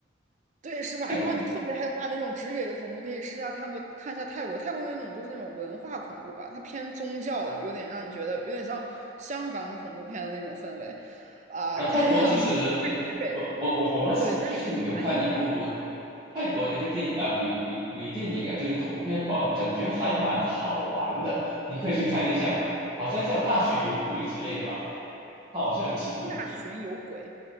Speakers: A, on the right; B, on the right.
A: 对是吧？
B: 泰国
A: 如果你特别害怕那种直给的恐怖，可以试下看过看一下泰国，泰国那种都是那种文化恐怖吧，它偏宗教的，有点让你觉得有点像香港恐怖片的那种氛围，啊、
B: 呃，泰国其实，
A: <laughs> 没不是给
B: 哎，我我我我们喜最近有看一部
A: 对，但是还是蛮幽默的，
B: 泰国的一个电影啊，鬼鬼鬼电影啊，就是恐怖片，哦，感觉还蛮好玩的，你可以去看一下，好像叫《大学有鬼》之类的吧，它好像有几部
A: 大巡有鬼，